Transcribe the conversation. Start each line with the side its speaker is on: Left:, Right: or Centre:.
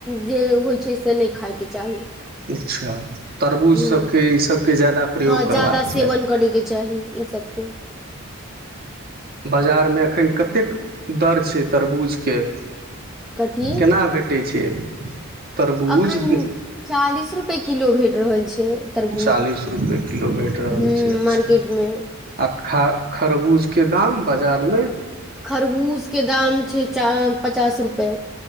Centre: जे होइ छै से नहि खायके चाही
Right: अच्छा तरबूज
Centre: ह
Right: सभके ईसभके जादा प्रयोग
Centre: हँ
Right: करबाक
Centre: ज्यादा सेवन
Right: चाही
Centre: करयके चाही ई सबके
Right: बाजारमे एखन कतेक दर छै तरबूज फेर
Centre: कथी
Right: केना भेटय छै तरबूज
Centre: अखन चालीस रुपे किलो भेट रहल छै तरबूज
Right: चालीस रुपए किलो भेट रहल
Centre: ह
Right: छय अच्छा
Centre: मार्केट मे
Right: आ खा खरबूज के दाम बाजार मे
Centre: खरबूज के दाम छै पचास रुपए